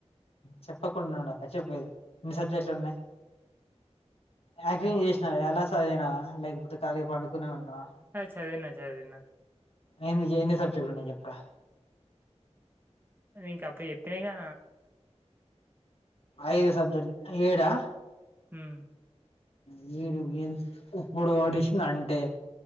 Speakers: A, on the left (about 60°); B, on the right (about 20°).
A: చెప్పకుండా అక్క చెపోదు ఎన్ని సబ్జెక్ట్లు ఉన్నావా యాక్టింగ్
B: ఆ!
A: చేసినావ ఎలా చదివినవా లేకపోతే ఖాళీగా పండుకునే ఉన్నావా
B: అ చదివినా చదివినా
A: ఎన్ని ఎన్ని సబ్జెక్ట్లున్నాయి చెప్పు రా
B: ఇంక అప్పుడు చెప్పినాగా
A: ఐదు సబ్జెక్ట్ ఏడా
B: హ్మ్.
A: వీడు వీడు ఇప్పుడు వడిసిన అంటే